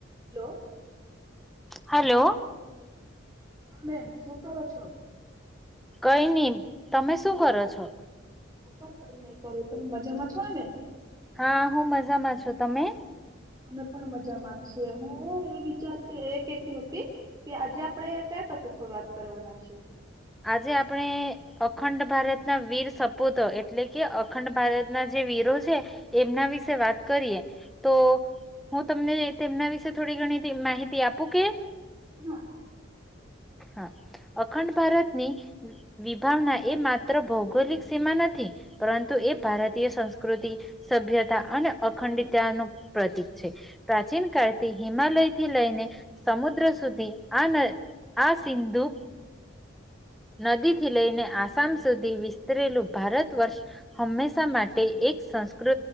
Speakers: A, on the right; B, in the centre.
A: હલો
B: હલો
A: હ બેન શું કરો છો?
B: કઈ નહી તમે શું કરો છો?
A: હું પણ કઈ નઈ કરું તમે મજામાં છો ને?
B: હા હું મજામાં છું તમે?
A: અમે પણ મજા માંએ હું વિચારતી એ કેતી હોતી કે આજે આપડે કયા ટોપિક પર વાત કરવાના છીએ?
B: આજે આપણે અખંડ ભારતના વીર સપૂતો એટલે કે અખંડ ભારતના જે વીરો છે એમના વિશે વાત કરીએ તો હું તમને તેમના વિશે થોડી ઘણી માહિતી આપું કે?
A: હા
B: હા અખંડ ભારતની વિભાવના એ માત્ર ભૌગોલિક સીમા નથી પરંતુ એ ભારતીય સંસ્કૃતિ સભ્યતા અને અખંડતા નું પ્રતીક છે. પ્રાચીન કળથી હિમાલયથી લઈને સમુદ્ર સુધી આ ન આ સિંધુ નદીથી લઈને આસામ સુધી વિસ્તરેલું ભારત વર્ષ હંમેશા માટે એક સંસ્કૃ